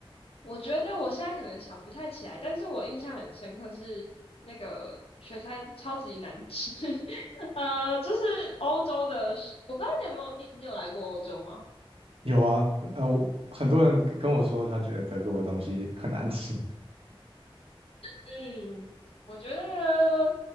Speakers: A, on the left; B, on the right.
A: 我觉得我现在可能想不太起来，但是我印象很深刻是那个学餐超级难吃，<laughs> 呃，就是欧洲的我不知道你有没有，你你有来过欧洲吗？
B: 有啊，呃，我很多人跟我说他觉得德国的东西很难吃，
A: 嗯，我觉得